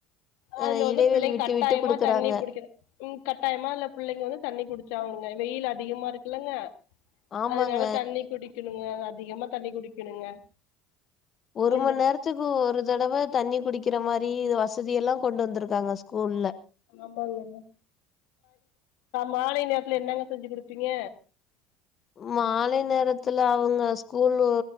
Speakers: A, on the left; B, on the left.
A: அதுல
B: அஹ்
A: வந்து
B: இடைவெளி
A: பிள்ளைங்க
B: விட்டு
A: கட்டாயமா
B: விட்டு குடுக்குறாங்க
A: தண்ணி குடிக்கனு கட்டாயமா இல்ல பிள்ளைங்க வந்து தண்ணி குடுக்க அங்க வெயில் அதிகமா இருக்குல்லங்க
B: ஆமாங்க
A: அதனால தண்ணி குடிக்கணும் அதிகமா தண்ணி குடிக்கணுங்க
B: ஒரு
A: ஒன்று
B: மணி நேரத்துக்கு ஒரு தடவ தண்ணி குடிக்கிற மாதிரி வசதி எல்லாம் கொண்டு வந்திருக்காங்க ஸ்கூல்ல
A: ஆமாங்க மாலை நேரத்துல என்னங்க செஞ்சு கொடுப்பீங்க
B: மாலை நேரத்துல அவுங்க ஸ்கூலு